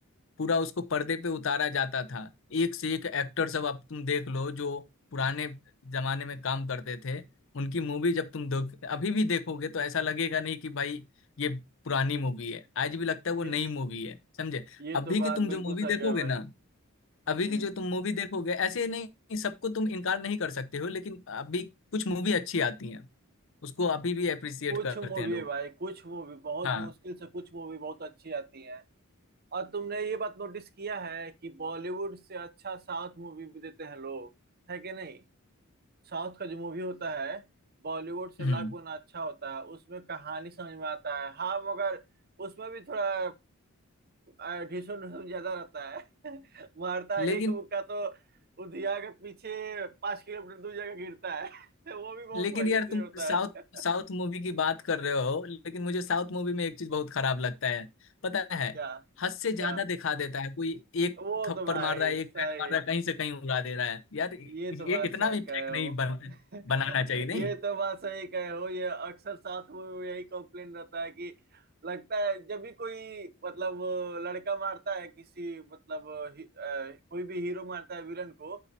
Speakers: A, on the left; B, on the right.
A: पूरा उसको पर्दे पे उतारा जाता था एक से एक एक्टर सब अब तुम देख लो जो पुराने जमाने में काम करते थे उनकी मूवी जब तुम देख अभी भी देखोगे तो ऐसा लगेगा नहीं कि भाई ये पुरानी मूवी है आज भी लगता है वो
B: ये
A: नई मूवी है समझे
B: ये
A: अभी
B: तो बात
A: की तुम जो
B: बिल्कुल
A: मूवी
B: सही
A: देखोगे
B: कहे भाई
A: ना अभी
B: हम्म
A: की जो तुम मूवी देखोगे ऐसे नहीं सबको तुम इनकार नहीं कर सकते हो लेकिन अभी कुछ मूवी अच्छी आती हैं उसको अभी भी अप्रिसिएट
B: कुछ
A: करते
B: मूवी
A: हैं लोग
B: भाई कुछ मूवी बहुत
A: हाँ
B: मुश्किल से कुछ मूवी बहुत अच्छी आती है और तुमने ये बात नोटिस किया है कि बॉलीवुड से अच्छा साउथ मूवी भी देते हैं लोग है कि नहीं साउथ का जो मूवी होता है बॉलीवुड से
A: हम्म
B: लाख गुना अच्छा होता है उसमें कहानी समझ में आता है हाँ मगर उसमें भी थोड़ा अ, ढिसुम ढुसुम ज्यादा रहता है <laughs> मारता
A: लेकिन
B: है एक मुक्का तो उधिया के पीछे पांच किलोमीटर दूर जगह गिरता है <laughs> वो भी बहुत
A: लेकिन
B: मजे
A: यार
B: से
A: तुम
B: होता
A: साउथ
B: है <laughs>
A: साउथ मूवी की बात कर रहे हो लेकिन मुझे साउथ मूवी में एक चीज बहुत खराब लगता है पता है
B: क्या
A: हद से ज्यादा
B: क्या
A: दिखा देता है कोई एक
B: वो
A: थप्पड़
B: तो भाई
A: मार रहा है एक
B: सही
A: पैट मार
B: है
A: रहा है कहीं से कहीं उड़ा दे रहा है यार ये
B: ये तो बात
A: इतना
B: सही
A: भी फेक
B: कहे हो
A: नहीं बन,
B: <laughs>
A: बनाना चाहिए नहीं
B: ये तो बात सही कहे हो ये अक्सर साथ में यही कंप्लेन रहता है कि लगता है जब भी कोई मतलब लड़का मारता है किसी मतलब हि, अ, कोई भी हीरो मारता है विलन को